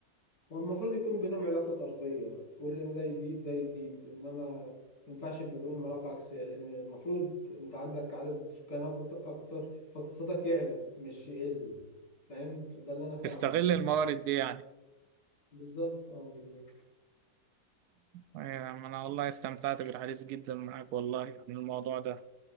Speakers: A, on the left (about 80°); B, on the right (about 85°).
A: هو المفروض يكون بينهم علاقة طردية كل ما ده يزيد ده يزيد إنما ما ينفعش يبقى بينهم علاقة عكسية لأن المفروض أنت عندك عدد سكان أكت- أكتر فاقتصادك يعلى مش يقل فاهم فده اللي أنا فاهمه
B: تستغل
A: يعني
B: الموارد دي يعني
A: بالظبط أه بالظبط
B: أيوة، ما أنا والله استمتعت بالحديث جدا معاك والله عن الموضوع ده